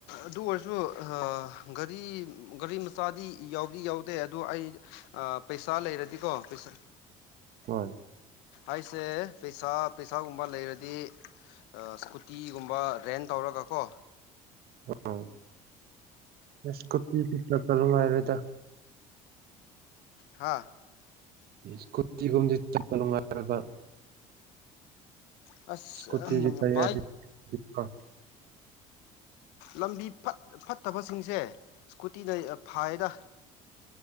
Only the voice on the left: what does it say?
ꯑꯗꯨꯑꯣꯏꯔꯖꯨ ꯑꯥ ꯒꯥꯔꯤ-ꯒꯥꯔꯤꯃ ꯆꯥꯗꯤ ꯌꯥꯎꯗꯤ-ꯌꯥꯎꯗꯦ ꯑꯗꯣ ꯑꯩ ꯑꯥ ꯄꯩꯁꯥ ꯂꯩꯔꯗꯤ ꯀꯣ ꯄꯩꯁꯥ
ꯑꯩꯁꯦ ꯄꯩꯁꯥ-ꯄꯩꯁꯥꯒꯨꯝꯕ ꯂꯩꯔꯗꯤ ꯑꯥ ꯁ꯭ꯀꯨꯇꯤꯒꯨꯝꯕ ꯔꯦꯟ ꯇꯧꯔꯒ ꯀꯣ
ꯍꯥꯥꯑꯥ
ꯑꯁ
ꯕꯥꯏꯛ
ꯂꯝꯕꯤ ꯐꯠꯇ-ꯐꯠꯇꯕꯁꯤꯡꯁꯦ ꯁ꯭ꯀꯨꯇꯤ ꯂꯩ ꯐꯩꯑꯗꯥ